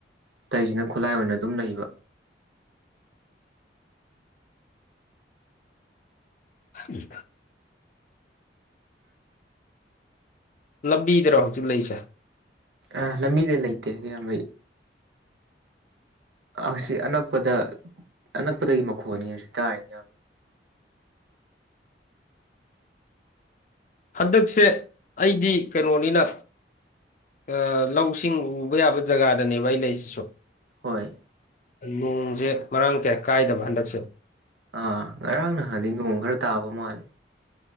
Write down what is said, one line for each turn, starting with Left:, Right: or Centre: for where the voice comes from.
Right: ꯑꯇꯩꯁꯤꯅ ꯈꯨꯠꯂꯥꯏ ꯑꯣꯏꯅ ꯑꯗꯨꯝ ꯂꯩꯕ
Left: ꯎ <inaudible> ꯂꯝꯕꯤꯗꯔꯣ ꯍꯧꯖꯤꯛ ꯂꯩꯁꯦ
Right: ꯑ ꯂꯝꯕꯤꯗ ꯂꯩꯇꯦ ꯏꯌꯥꯝꯕ ꯑꯩ ꯑꯁꯤ ꯑꯅꯛꯄꯗ ꯑꯅꯛꯄꯗꯒꯤ ꯃꯈꯣꯟꯅꯤ ꯍꯧꯖꯤꯛ ꯇꯥꯔꯤ ꯃꯌꯥꯝ
Left: ꯍꯟꯗꯛꯁꯦ ꯑꯩꯗꯤ ꯀꯩꯅꯣꯅꯤꯅ ꯑꯥ ꯂꯧꯁꯤꯡ ꯎꯕ ꯌꯥꯕ ꯖꯒꯥꯗꯅꯦꯕ ꯑꯩꯅ ꯂꯩꯁꯤꯁꯨ
Right: ꯍꯣꯏ
Left: ꯅꯣꯡꯁꯦ ꯃꯔꯥꯡ ꯀꯌꯥ ꯀꯥꯏꯗꯕ ꯍꯟꯗꯛꯁꯦ
Right: ꯑꯥ ꯉꯔꯥꯡ ꯅꯍꯥꯟꯗꯤ ꯅꯣꯡ ꯈꯔ ꯇꯥꯕ ꯃꯥꯜꯂꯦ